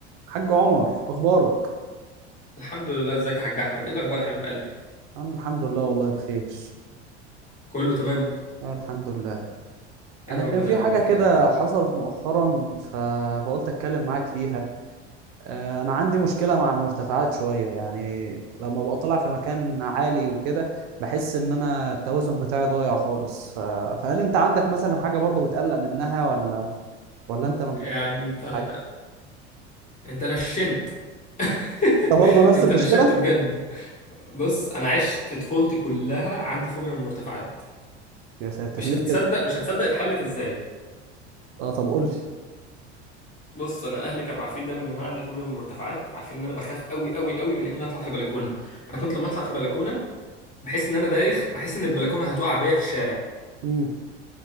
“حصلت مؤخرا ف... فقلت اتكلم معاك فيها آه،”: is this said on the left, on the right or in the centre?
Right